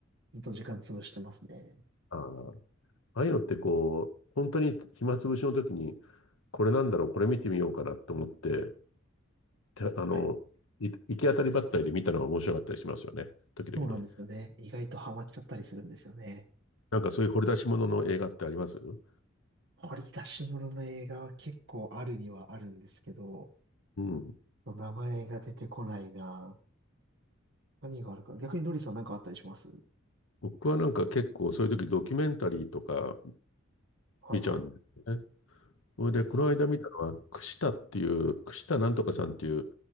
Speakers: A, on the right; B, on the left.
A: ずっと時間潰してますね。
B: ああ、ああいうのってこう、本当に暇つぶしの時に、これなんだろう、これ見てみようかなと思って、てあの、
A: はい。
B: い行き当たりばったりで見たのが面白かったりしますよね。時々ね。
A: そうなんですよね。意外とハマっちゃったりするんですよね。
B: なんかそういう掘り出し物の映画ってありますう
A: 掘り出し物の映画は結構あるにはあるんですけど、
B: ん。
A: 名前が出てこないな。何があるかな。逆にノリさんなんかあったりします
B: 僕はなんか結構そういう時ドキュメンタリーとか
A: はいはい。
B: 見ちゃうんですよね。それでこの間見たのは串田っていう串田なんとかさんっていう
A: えー